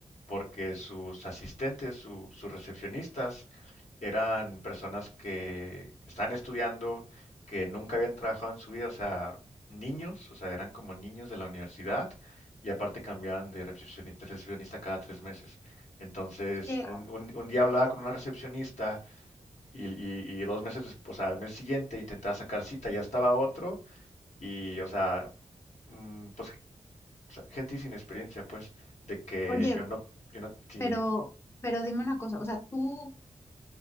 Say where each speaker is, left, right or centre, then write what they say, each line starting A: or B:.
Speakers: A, on the left (about 65°); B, on the left (about 20°).
A: porque sus asistentes, su- sus recepcionistas, eran personas que estaban estudiando, que nunca habían trabajado en su vida, o sea, niños, o sea, eran como niños de la universidad y aparte cambiaban de recepcioni- de recepcionista cada tres meses. Entonces,
B: Oye,
A: un, un- un día hablaba con una recepcionista y, y- y dos meses después, o sea, al mes siguiente intentaba sacar cita, ya estaba otro y, o sea, mm, pues o sea, gente sin experiencia, pues, de que
B: Oye,
A: yo no, yo no, sí,
B: Pero,
A: dime.
B: pero dime una cosa, o sea, tú,